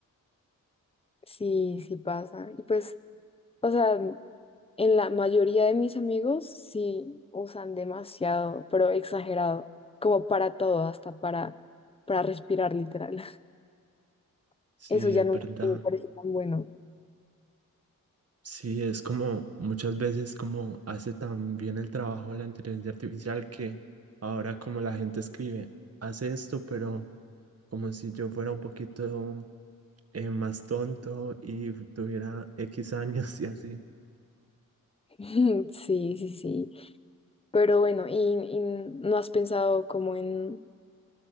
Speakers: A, on the left; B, on the right.
A: Sí, sí pasa. Y pues, o sea, en la mayoría de mis amigos sí usan demasiado, pero exagerado, como para todo, hasta para, para respirar literal. <laughs>
B: sí,
A: Eso ya
B: es
A: no
B: verdad.
A: me parece tan bueno.
B: Sí, es como muchas veces como hace tan bien el trabajo la inteligencia artificial que ahora como la gente escribe, hace esto, pero como si yo fuera un poquito eh, más tonto y tuviera X <laughs> años y así.
A: <laughs> Sí, sí, sí. Pero bueno, ¿y, y no has pensado como en